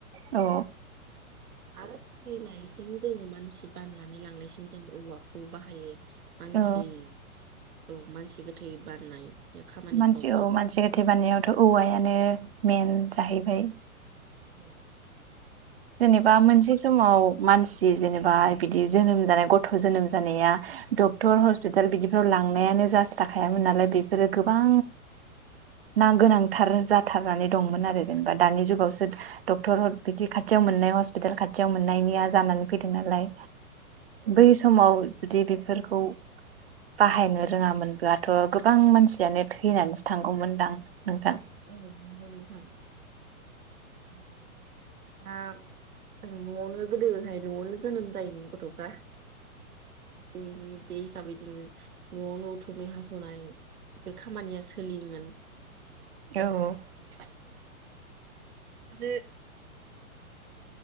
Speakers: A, on the right; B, on the right.
A: औ
B: <unintelligible> जोड़ो मानसि बाननानै लांनायसिम जों औवाखौ बाहायो मानसि
A: औ
B: औ मानसि गोथै बाननाय खामानिफ्रावबो
A: मानसि औ मानसि गोथै बाननायावथ' औवायानो मेन जाहैबाय
B: औ
A: जेनेबा मोनसे समाव मानसि दि जेनेबा बिदि जोनोम जानाय गथ' जोनोम जानाया डक्टर हस्पिताल बिदिफ्राव लांनायानो जास्राखायामोन नालाय बेफोरो गोबां ना गोनांथार जाथारनानै दंमोन आरो जेनेबा दानि जुगावसो डक्टर बिदि खाथि थियाव मोननाय हस्पिटाल खाथियाव मोननायनिया जानानै फैदों नालाय बै समाव जुदि बेफोरखौ बाहायनो रोङामोनब्लाथ' गोबां मानसियानो थैनानैसो थांगौमोनदां नोंथां
B: औ नंगौ नोंथां <unintelligible> न'आवनो गोदोहाय न'आवनो जोनोम जायोमोन गथ'फ्रा बेनि बे हिसाबै जोङो न'आवनो उथुमै हास'नाय बेफोर खामानिया सोलियोमोन
A: औ
B: <unintelligible>